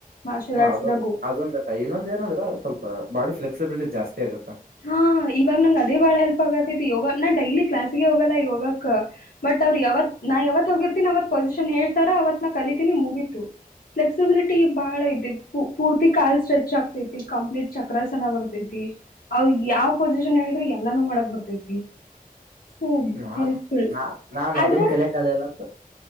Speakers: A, on the left; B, on the right.
A: ಮಾರ್ಷಲ್
B: ಹ್ಮ
A: ಆರ್ಟ್ಸ್ದಾಗು
B: ಅದೊಂದು ಅದೊಂದ ಇನ್ನೊಂದ ನಂದ್ರ ಸ್ವಲ್ಪ ಬಾಡಿ ಫ್ಲೆಕ್ಸಿಬಿಲಿಟಿ ಜಾಸ್ತಿ ಆಗತ್ತಾ
A: ಹಾ ಇವಾಗ ನಂಗ್ ಅದೇ ಬಾಳ ಹೆಲ್ಪ್ ಆಗತ್ತೈತಿ ಯೋಗ ನಾ ಡೈಲಿ ಕ್ಲಾಸ್ಗೆ ಹೋಗಲ್ಲ ಯೋಗಕ್ ಬಟ್ ಅವರು ಯಾವತ್ ನಾ ಯಾವತ್ ಹೋಗಿರ್ತೀನಿ ಅವತ್ ಪೊಸಿಷನ್ ಹೇಳ್ತಾರ ಅವವತ್ ನ ಕಲಿತೀನಿ ಮುಗೀತು ಫ್ಲೆಕ್ಸಿಬಿಲಿಟಿ ಬಹಳ ಐತಿ ಪೂರ್ತಿ ಕಾಲ್ ಸ್ಟ್ರೆಚ್ ಆಗ್ತೈತಿ ಕಂಪ್ಲೀಟ್ ಚಕ್ರಾಸನ ಬರ್ತೈತಿ ಅವ್ ಯಾವ್ ಪೊಸಿಷನ್ ಹೇಳಿದ್ರೆ ಎಲ್ಲಾನೂ ಮಾಡಕ್ ಬರ್ತೈತಿ ೂಬ್
B: ನಾ
A: ಹೆಲ್ಪ್ಫುಲ್
B: ನಾ ನಾನ್
A: ಆದ್ರ
B: ಅದನ್ ಕಲೆ ಕಾಲಲ್ಲತ್